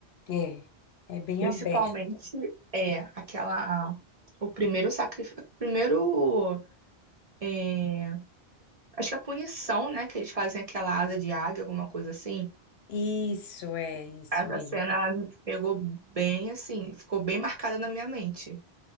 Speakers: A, on the left; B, on the right.
A: é, é bem
B: Principalmente
A: aberto.
B: é aquela. O primeiro sacrifício. Primeiro. é, acho que a punição, né? Que eles fazem aquela asa de águia, alguma coisa assim.
A: Isso, é isso
B: Essa
A: mesmo.
B: cena, ela me pegou bem assim, ficou bem marcada na minha mente.